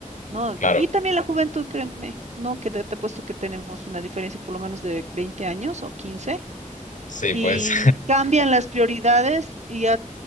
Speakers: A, on the right (about 55°); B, on the left (about 65°).
A: ¿no?
B: claro.
A: Co- Y también la juventud, créeme, ¿no? Que de- te he puesto que tenemos una diferencia por lo menos de 20 años o quince
B: Sí,
A: y
B: pues,
A: cambian las prioridades y ya